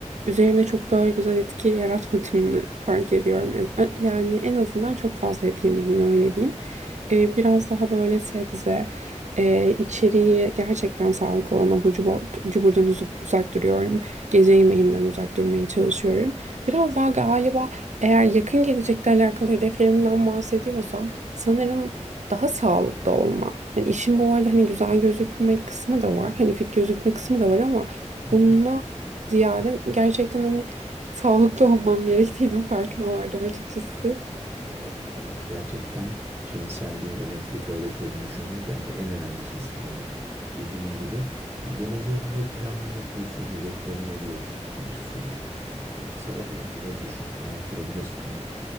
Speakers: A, on the right; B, on the right.
A: üzerimde çok böyle güzel etki yaratmadığını fark ediyorum. Ez- Yani en azından çok fazla et yemenin öyle diyeyim.
B: Kesinlikle.
A: Ee, biraz daha böyle sebze, e, içeriği gerçekten sağlıklı olan abur cubur, cuburdan uzak, uzak duruyorum. Gece yemeğinden uzak durmaya çalışıyorum. Biraz daha galiba eğer yakın gelecekte alakalı hedeflerimden bahsediyorsam sanırım daha sağlıklı olma. Hani işin bu arada hani güzel gözükmek kısmı da var. Hani fit gözükme kısmı da var ama
B: Hı
A: bununla
B: hı.
A: ziyade gerçekten hani sağlıklı <laughs> olmam gerektiğinin farkına vardım açıkçası.
B: Evet, evet gerçekten şimdi sen deyince ben tekrar da şöyle bir düşündüm. Bence en önemlisi sağlık. Dediğin gibi geleceğe dair planlar yapıyorsun, hedeflerin oluyor bir sürü. Yani sabahlara kadar düşünüp hayal kurabilirsin ama